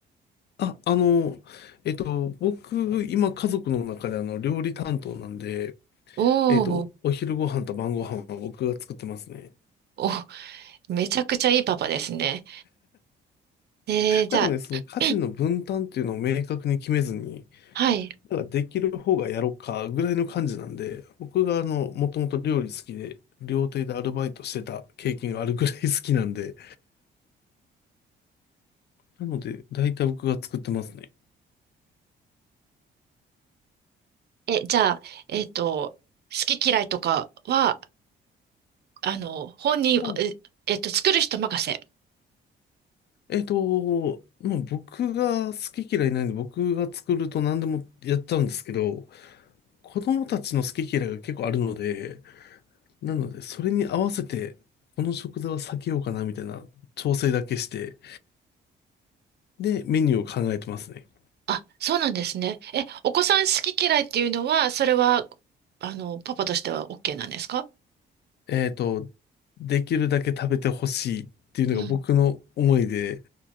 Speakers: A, on the left (about 55°); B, on the right (about 55°).
A: あ、あの、えっと、僕、今家族の中であの、料理担当なんで、
B: おおー、
A: えっと、お昼ご飯と晩ご飯は僕が作ってますね。
B: お、めちゃくちゃいいパパですね。えー、じゃあ、
A: なんかね、その家事の分担っていうのを明確に決めずに、
B: <clears throat> はい。
A: なんかできる方がやろうかぐらいの感じなんで、僕があの、もともと料理好きで、料亭でアルバイトしてた経験があるぐらい好きなんで、なので、大体僕が作ってますね。
B: え、じゃあ、えっと、好き嫌いとかは、あの、本人、
A: うん
B: え、えっと、作る人任せ。
A: えっと、まあ、僕が好き嫌いないんで、僕が作ると何でもやっちゃうんですけど、子供たちの好き嫌いが結構あるので、なので、それに合わせて、この食材は避けようかなみたいな調整だけして、で、メニューを考えてますね。
B: あ、そうなんですね。え、お子さん好き嫌いっていうのは、それは、あの、パパとしては OK なんですか
A: えっと、できるだけ食べてほしいっていうのが僕の思いで、
B: うん。